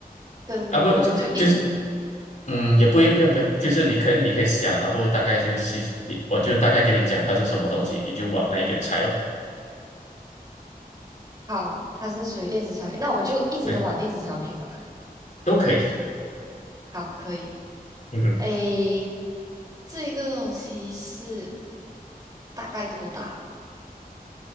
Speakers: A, on the right (about 25°); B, on the left (about 60°).
A: 跟我们就一直
B: 啊，不就就是，嗯，也不用不用不用，就是你可以你可以想，然后大概就是你我就大概跟你讲它是什么东西，你就往那一边猜咯，
A: 好，它是属于电子产品，那我们就一直都玩电子产品吧。
B: 对，都可以，
A: 好，可以。
B: 嗯哼
A: 诶，这个东西是大概多大？